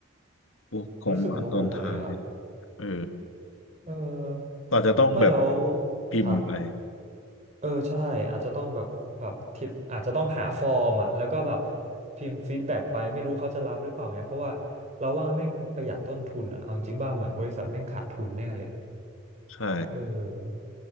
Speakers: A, on the left (about 70°); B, on the right (about 30°).
A: พวกของหวานตอนท้าย
B: รู้สึกโมโหเลยอ่ะ
A: เออ
B: เออ
A: เราจจะต้องแบบ
B: ไม่แล้ว
A: พิมพ์ไป
B: ครับ เออใช่อาจจะต้องแบบแบบที่อาจจะต้องหาฟอร์มอ่ะแล้วก็แบบพิมพ์ฟีดแบ็กไปไม่รู้เขาจะรับหรือเปล่าไงเพราะว่าเราว่าแม่งประหยัดต้นทุนอ่ะเอาจริงๆว่าเหมือนบริษัทแม่งขาดทุนแน่เลย
A: ใช่
B: เออ